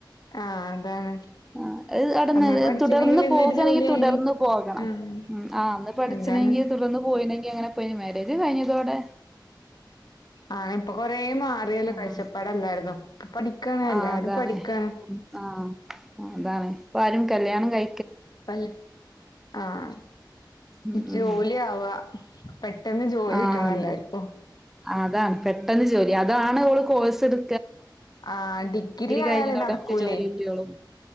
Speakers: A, on the left; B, in the centre.
A: ആഹ് അതാണ്
B: ആ അന്ന
A: അന്നേ പഠിച്ചിനെങ്കിൽ
B: തുടർന്ന്
A: ഇന്നൊരു
B: പോകണെങ്കിൽ
A: ജോലി
B: തുടർന്ന് പോകണെങ്കി തുടർന്ന്
A: ആയിന്
B: പോകണം
A: ആഹ്
B: ഉം ആ അന്ന് പഠിച്ചണെങ്കിൽ
A: എന്താണ്
B: തുടർന്ന് പോയിണെങ്കിൽ എങ്ങനെ പോയിന് മരേജ് കഴിഞ്ഞതോടെ
A: ആ ഇപ്പൊ കൊറേ മാറിയല്ലോ
B: ആഹ
A: കാഴ്ചപ്പാടല്ലായിരുന്നോ ഇപ്പൊ പഠിക്കാണ് എല്ലാരും
B: ആ അതാണ്
A: പഠിക്കാണ്
B: ആഹ അതാണ് പ്പാരും കല്യാണം കഴ
A: പൽ ആഹ
B: ഉം
A: ജോലിയാവാ
B: ഉം
A: പെട്ടെന്ന് ജോലി
B: ആഹ്
A: കിട്ടണല്ലർക്കും
B: അതാണ് പെട്ടെന്ന് ജോലി അതാണ് ഓള് കോഴ്സ് എടു
A: ആഹ ഡിഗ്രി ആയാലേ
B: കഴിഞ്ഞതോടെ
A: നടക്കൂലേ
B: നമുക്ക് ജോലി കിട്ടിയോളും